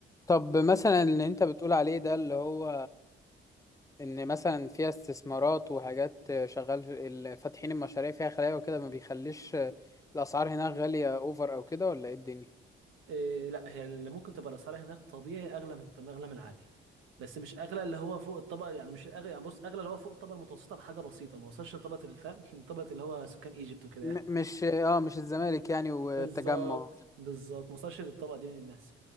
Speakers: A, on the left; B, on the right.
A: طب مثلا اللي أنت بتقول عليه ده اللي هو إن مثلا فيها استثمارات وحاجات شغال في- ال- فاتحين المشاريع فيها خلايا وكده ما بيخليش الأسعار هناك غالية أوفر أو كده ولا إيه الدنيا؟
B: إيه لا هي اللي ممكن تبقى الاسعار هناك طبيعي اغلى من اغلى من العادي بس مش اغلى اللي هو فوق الطبقه يعني مش اغلى يعني بص اغلى اللي هو فوق الطبقه المتوسطه بحاجه بسيطه ما وصلش لطبقه الفهم <laughs> طبقه اللي هو سكان ايجيبت وكده
A: م-
B: يعني.
A: مش آه مش الزمالك يعني والتجمع
B: بالظبط بالظبط ما وصلش للطبقه دي من الناس